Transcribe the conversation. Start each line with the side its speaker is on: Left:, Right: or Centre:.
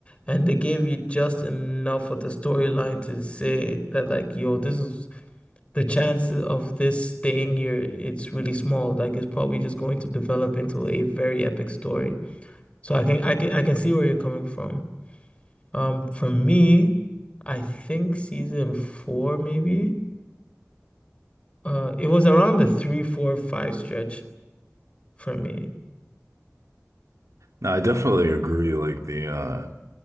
Left: and they gave you just enough of the storyline to say that, like, yo, this is the chances of this staying here, it's really small. Like it's probably just going to develop into a very epic story. So I can I can I can see where you're coming from. Um, for me, I think season four maybe. Uh, it was around the three, four, five stretch for me.
Right: Now, I definitely agree. Like the uh,